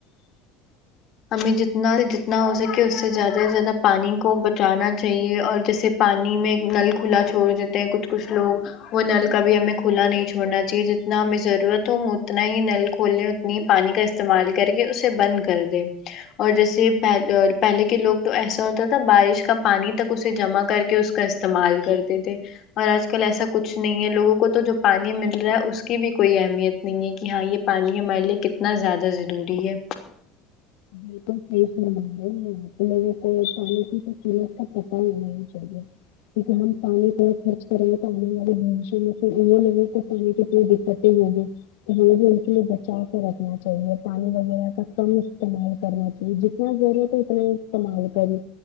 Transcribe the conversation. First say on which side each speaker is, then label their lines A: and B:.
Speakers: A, on the left; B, on the left.
A: ہمیں جتنا جتنا ہو سکے اس سے زیادہ سے زیادہ پانی کو بچانا چاہیے اور جیسے پانی میں نل کھلا چھوڑ دیتے ہیں کچھ کچھ لوگ وہ نل کبھی ہمیں کھلا نہیں چھوڑنا چاہیے جتنا ہمیں ضرورت ہو ہم اتنا ہی نل کھولنے اپنی پانی کا استعمال کر کے اسے بند کر دے اور جیسے پل پہلے کے لوگ تو ایسا ہوتا تھا بارش کا پانی تک اسے جمع کر کے اس کا اس استعمال کرتے تھے اور آج کل ایسا کچھ نہیں ہے لوگوں کو تو جو پانی مل رہا ہے اس کی بھی کوئی اہمیت نہیں ہے کہ ہاں یہ پانی ہمارے لیے کتنا زیادہ ضروری ہے
B: بالکل صحیح فرما رہی لوگوں کو پانی کی اہمیت تو کا پتا ہونا ہی چاہیے <unintelligible> ہم پانی کو خرچ کرے تو آنے والے جنریشن بھی پھر وہ لوگ تو پانی کرتی ہوگی تو یہ بھی ان کے لیے بچا کر رکھنا چاہیے پانی وغیرہ کا کم استعمال کرنا چاہیے جتنا ضرورت ہے اتنا ہی استعمال کریں